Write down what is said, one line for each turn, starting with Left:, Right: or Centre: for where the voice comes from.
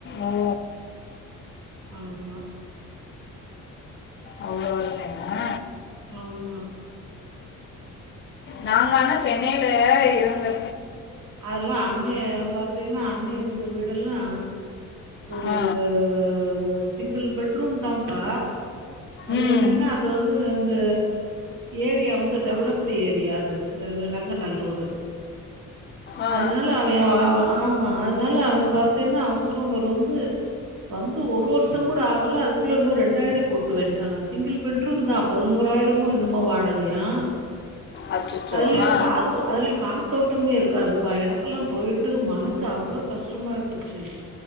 Left: ஓ
Right: ஆமா
Left: அவ்வளோ இல்லைன்னா
Right: மாம்மா
Left: நாங்க ஆனா சென்னைல இருந்து
Right: அதெல்லா அண்ணே பாத்தீனா அண்ணே இருந்த வீடெல்லா ஒரு
Left: ஆ
Right: வ வ சிங்கிள் பெட்ரூம்தாம்ப்பா அது
Left: ம்
Right: என்னன்னா அது வந்து அந்த ஏரியா வந்து டெவலப்டு ஏரியா து இந்த நாங்க நல்லூரு
Left: ஆ
Right: அதுனால அவ அவ ஆமா அதுனால அவ பாத்தீனா ஹவுஸ் ஓனர் வந்து வந்து ஒரு வர்ஷங் கூட ஆகல அதுக்குள்ள இன்னு ரெண்டாயிர கூட்டுவேன்ட்டானா சிங்கிள் பெட்ரூம் தா பதினோறாயிரமோ என்னமோ வாடகையா
Left: அச்சோ
Right: அதுலயு
Left: ஆ
Right: காத்தோ அதுலயு காத்தோட்டமே இருக் க்காதுப்பா எனக்குலா போயிட்டு மனசு அவ்ளோ கஷ்டமா இருந்துச்சு